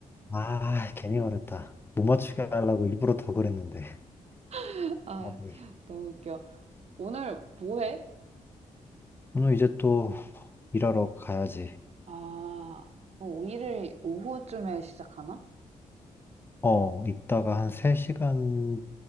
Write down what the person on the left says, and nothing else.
아, 괜히 어렵다. 못 맞추게 하려고 일부러 더 그랬는데.
아, 네.
오늘 이제 또 일하러 가야지.
어, 이따가 한 3시간